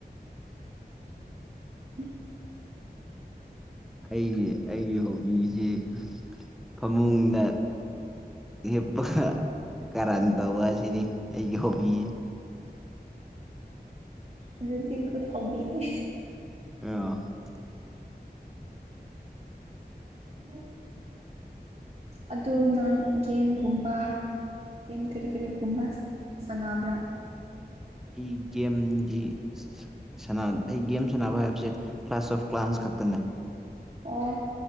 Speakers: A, on the right; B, in the centre.
A: ꯎ
B: ꯑꯩꯒꯤ ꯑꯩꯒꯤ ꯍꯣꯕꯤꯁꯤ ꯐꯃꯨꯡꯗ ꯍꯤꯞꯄꯒ ꯀꯔꯟ ꯇꯧꯕ ꯑꯁꯤꯅꯤ ꯑꯩꯒꯤ ꯍꯣꯕꯤ
A: ꯑꯗꯨꯗꯤ ꯀꯠ ꯍꯕꯤꯅꯤ
B: ꯑ
A: ꯏ ꯑꯗꯨꯗ ꯅꯥꯟ ꯒꯦꯟꯒꯨꯝꯕ ꯒꯦꯝ ꯀꯔꯤ ꯀꯔꯤꯒꯨꯝꯕ ꯁꯥꯟꯅꯕ꯭ꯔꯥ
B: ꯑꯩ ꯒꯦꯝꯒꯤ ꯁ ꯑꯩ ꯒꯦꯝ ꯁꯥꯟꯅꯕ ꯍꯥꯏꯕꯁꯦ ꯀ꯭ꯂꯥꯁ ꯑꯣꯐ ꯀ꯭ꯂꯥꯟꯁ ꯈꯛꯇꯅꯦ
A: ꯑꯣ